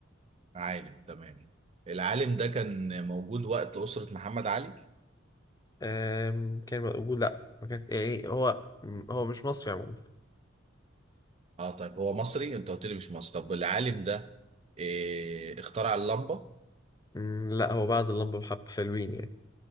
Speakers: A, on the right (about 30°); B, on the left (about 20°).
A: عالم تمام العالم ده كان موجود وقت اسره محمد علي
B: أم... كان بقول لا ما كان يعني هو م- هو مش مصري عموما
A: اه طيب هو مصري انت قلت لي مش مصري طب العالم ده إيه اخترع اللمبه
B: م، لا هو بعد اللمبة بحب حلوين يعني